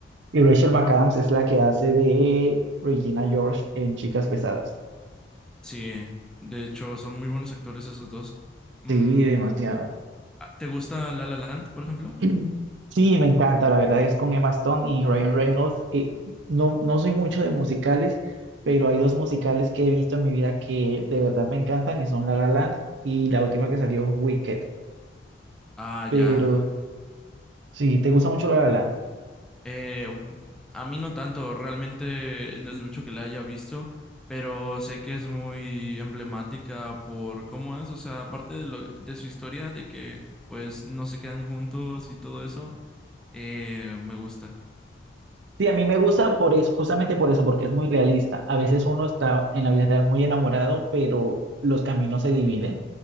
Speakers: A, on the right; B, in the centre.
A: Y Rachel McAdams es la que hace de Regina George en Chicas Pesadas.
B: Sí, de hecho, son muy buenos actores esos dos. Mm,
A: Sí, demasiado.
B: ¿te gusta La La Land, por ejemplo?
A: <clears throat> Sí, me encanta, la verdad es con Emma Stone y Ryan Reynolds. eh, no, no soy mucho de musicales, pero hay dos musicales que he visto en mi vida que de verdad me encantan y son La La Land y la última que salió, Wicked.
B: Ah,
A: Pero
B: ya.
A: sí, ¿te gusta mucho La La Land?
B: Eh, a mí no tanto, realmente no es mucho que la haya visto, pero sé que es muy emblemática por cómo es, o sea, aparte de lo, de su historia, de que pues no se quedan juntos y todo eso, eh, me gusta.
A: Sí, a mí me gusta por es, justamente por eso, porque es muy realista. A veces uno está en la vida real muy enamorado, pero los caminos se dividen.